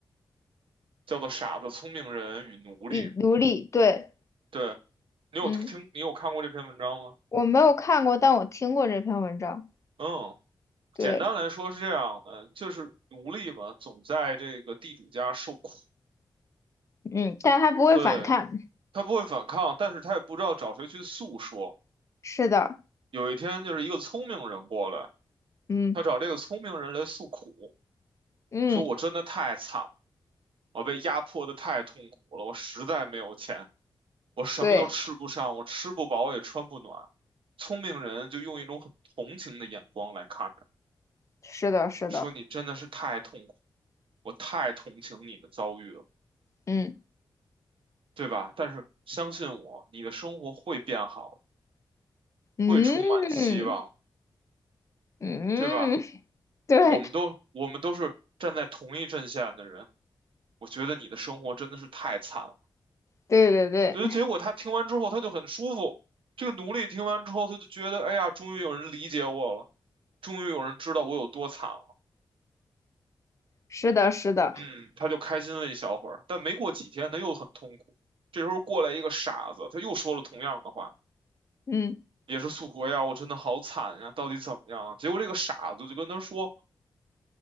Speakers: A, on the right (about 85°); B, on the left (about 35°).
A: 叫做《傻子、聪明人与奴隶》。
B: 以奴隶，对，
A: 对，你有听，
B: 嗯，
A: 你有看过这篇文章吗？
B: 我没有看过，但我听过这篇文章，
A: 嗯，
B: 对，
A: 简单来说是这样的，就是奴隶嘛，总在这个地主家受苦。
B: 嗯，但他不会反抗，
A: 对，他不会反抗，但是他也不知道找谁去诉说。
B: 是的，
A: 有一天，就是一个聪明人过来，
B: 嗯
A: 他找这个聪明人来诉苦，
B: 嗯，
A: 说我真的太惨了，我被压迫的太痛苦了，我实在没有钱，我什么都吃不上，
B: 对，
A: 我吃不饱也穿不暖。聪明人就用一种很同情的眼光来看着，
B: 是的，是的，
A: 说你真的是太痛苦，我太同情你的遭遇了，
B: 嗯
A: 对吧？但是相信我，你的生活会变好，
B: 嗯
A: 会充满希望，
B: 嗯，
A: 对吧？
B: <laughs> 对
A: 我们都我们都是站在同一阵线的人，我觉得你的生活真的是太惨了。
B: 对对对，
A: 所以结果他听完之后，他就很舒服。这个奴隶听完之后，他就觉得，哎呀，终于有人理解我了，终于有人知道我有多惨了。
B: 是的，是的，
A: 嗯，他就开心了一小会儿，但没过几天，他又很痛苦。这时候过来一个傻子，他又说了同样的话，
B: 嗯，
A: 也是诉苦哎呀，我真的好惨呀，到底怎么样啊？结果这个傻子就跟他说，